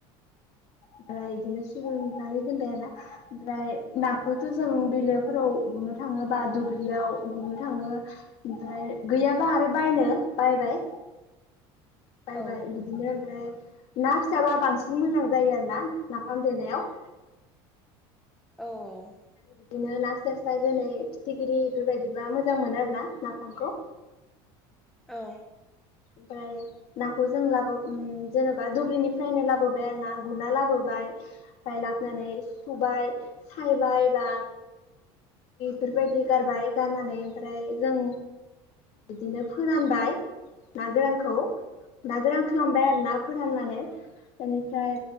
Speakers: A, on the left; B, in the centre.
A: ओमफ्राय बिदिनो सजुबनानै दोनबाय आरोना ओमफ्राय नाखौथ' जों बिलोफोराव गुरनो थाङोबा दुब्लियाव गुरनो थाङो ओमफ्राय गैयाबा आरो बायनो बायबाय बायबाय
B: औ
A: बिदिनो ओमफ्राय ना फिसाबा बांसिन मोजां जायो आरो ना नाफाम देनायाव
B: औ औ
A: बिदिनो ना फिसा फिसा जेरै फिथिख्रि बेफोरबायदिबा मोजां मोनो आरोना नाफामखौ
B: औ
A: ओमफ्राय नाखौ जों लाबो जेनेबा दुब्लिनिफ्रायनो लाबोबाय आरो ना गुरना लाबोबाय ओमफ्राय लाबोनानै सुबाय सायबाय बा फोरबायदि गारबाय गारनानै ओमफ्राय जों बिदिनो फोरानबाय ना गोरानखौ ना गोरान खालामनो आरो ना फोराननानै बेनिफ्राय